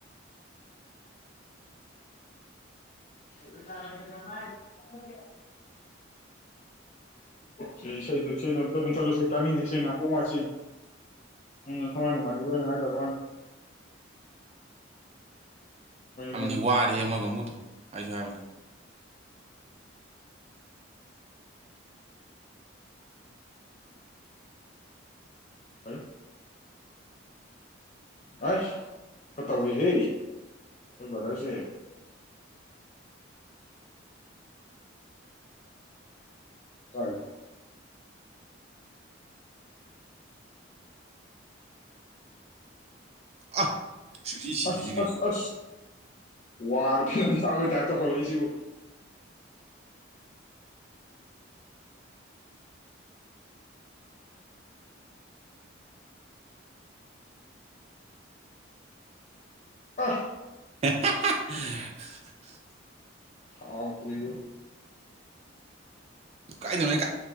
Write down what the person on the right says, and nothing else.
ꯑꯃꯗꯤ
ꯋꯥꯔꯦ ꯑꯃꯒ ꯑꯃꯨꯗꯣ ꯑꯖꯣꯏꯕꯦꯟ
ꯑ ꯁꯨꯡꯁꯤ ꯁꯤꯗꯩꯁꯤ
ꯀꯩ
ꯍ
ꯀꯥꯏꯗꯅ